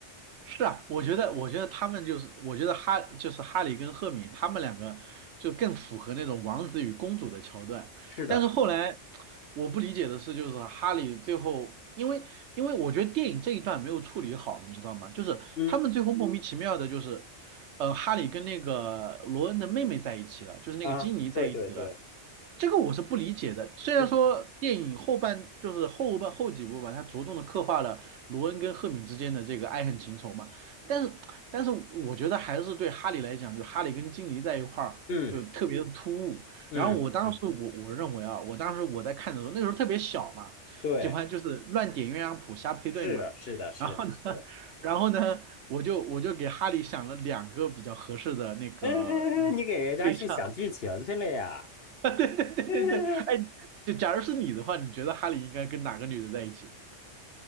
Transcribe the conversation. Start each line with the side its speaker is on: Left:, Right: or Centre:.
Right: 是啊，我觉得，我觉得他们就是，我觉得哈就是哈利跟赫敏他们两个就更符合那种王子与公主的桥段。
Left: 是的，
Right: 但是后来
Left: 是
Right: 我不理解的是，就是哈利最后，因为因为我觉得电影这一段没有处理好，你知道吗？就是他们最后莫名其妙的，
Left: 嗯，
Right: 就是呃，哈利跟那个罗恩的妹妹在一起了，就是那个金妮在一起了。
Left: 啊，对对对，
Right: 这个我是不理解的。虽然说电影后半就是后半后几部吧，
Left: 嗯
Right: 它着重的刻画了罗恩跟赫敏之间的这个爱恨情仇嘛，但是但是我觉得还是对哈利来讲，就哈利跟金妮在一块儿就特别的突兀。
Left: 嗯嗯嗯，
Right: 然后我当时我我认为啊，我当时我在看的时候，那个时候特别小嘛，
Left: 对。
Right: 喜欢就是乱点鸳鸯谱瞎配对嘛。
Left: 是的，是的，是的，
Right: 然后呢，
Left: 是的。
Right: 然后呢，我就我就给哈利想了两个比较合适的那个嗯对象，
Left: <laughs> 你给人家去想剧情去了呀？
Right: <laughs> 对对对对对，
Left: <laughs>
Right: 哎，就假如是你的话，你觉得哈利应该跟哪个女的在一起？